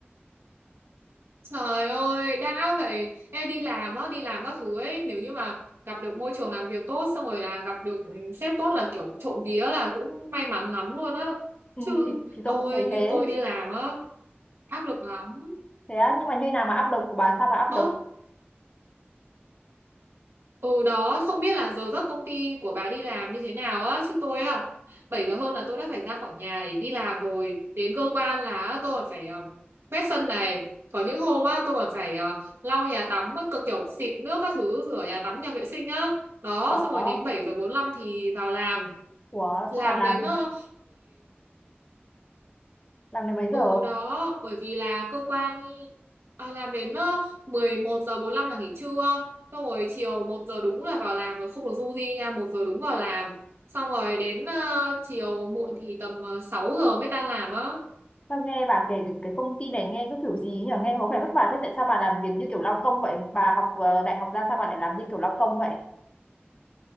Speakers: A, on the right (about 80°); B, on the left (about 30°).
A: trời ơi đã vậy em đi làm á đi làm các thứ ấy nếu như mà gặp được môi trường làm việc tốt xong rồi là gặp được ừ, sếp tốt là kiểu trộm vía là cũng may mắn lắm luôn á
B: Ừ,
A: chứ
B: thì, thì
A: ôi
B: tôi cũng thấy
A: như
B: thế.
A: tôi đi làm á áp lực lắm
B: Thế á, nhưng mà như nào mà áp lực của bà, sao bà áp
A: ơ
B: lực?
A: Ừ đó, không biết là giờ giấc công ty của bà đi làm như thế nào á, chứ tôi á, 7 giờ hơn là tôi đã phải ra khỏi nhà để đi làm rồi. Đến cơ quan là tôi còn phải ờ, quét sân này. Có những hôm á, tôi còn phải ờ, lau nhà tắm, á, cực kiểu xịt nước các thứ, rửa nhà tắm, nhà vệ sinh á. Đó,
B: Của,
A: xong rồi đến 7 giờ bốn lăm thì vào làm.
B: của
A: Làm
B: sao bà làm?
A: đến uh,
B: Làm đến mấy
A: Ừ
B: giờ?
A: đó, bởi vì là cơ quan à, làm đến ờ, 11 giờ bốn lăm là nghỉ trưa. Xong rồi chiều một giờ đúng là vào làm rồi không được du di nha, một giờ đúng vào làm. Xong rồi đến ờ, chiều muộn thì tầm ờ, 6 giờ mới tan làm á.
B: Sao nghe bà kể cái công ty này nghe cứ kiểu gì nhỉ? Nghe có vẻ vất vả thế. Tại sao bà làm việc như kiểu lao công vậy? Bà học ờ, đại học ra sao bà lại làm như kiểu lao công vậy?